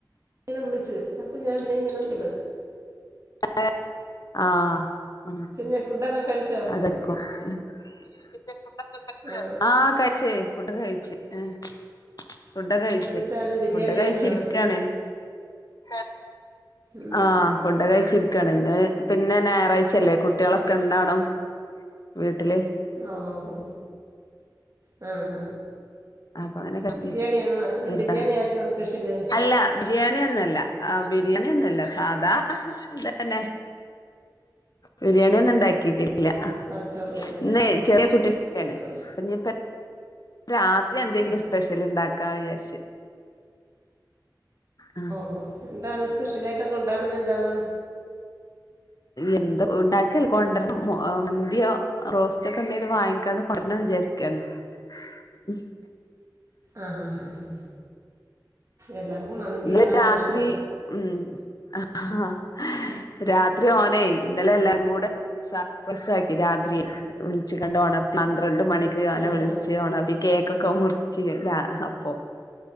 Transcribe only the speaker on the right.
ഇങ്ങനെ വിളിച്ച് അപ്പൊ ഞാൻ പിന്നെ ഇങ്ങനെണ്ട്
പിന്നെ ഫുഡൊക്കെ കഴിച്ചോ
ആ
എന്തായിരുന്നു ബിരിയാണി
ആയിരുന്നോ
ഉം.
ഓഹ് ഓഹ് ഹോ വീട്ടില് ആഹ് ഹ
ബിരിയാണി ആന്നോ ഇന്ന്
ബിരിയാണി ആരുന്നോ സ്പെഷ്യല്
സാധിച്ചോറും കറി
ആ
ആ
ഓഹ് എന്താണ് സ്പെഷ്യലായിട്ടൊക്കെ ഉണ്ടാക്കുന്നെ എന്താണ്
ആഹ് ആഹ് ആഹ് എല്ലാർക്കും മന്തിയാണല്ലോ
ഇഷ്ടം
ഓഹോ
ഹോ